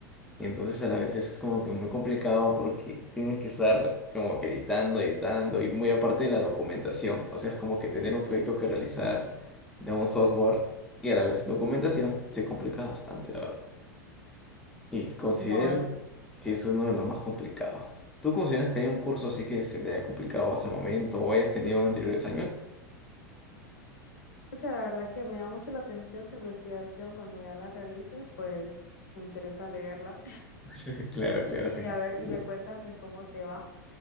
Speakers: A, in the centre; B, on the left.
A: Entonces, a la vez es como que muy complicado porque tienes que estar como que editando, editando y muy aparte de la documentación. O sea, es como que tener un proyecto que realizar de un software y a la vez documentación se complica bastante, la verdad. Y considero
B: wow.
A: que es uno de los más complicados. ¿Tú consideras que hay un curso así que se te haya complicado hasta el momento o hayas tenido en anteriores años?
B: Pucha, la verdad que me da mucho la atención tu investigación. Cuando ya la realices, pues me interesa leerla.
A: <laughs> Claro, claro,
B: Y
A: sí.
B: a ver, y
A: Gusto.
B: me cuentas pues cómo te va.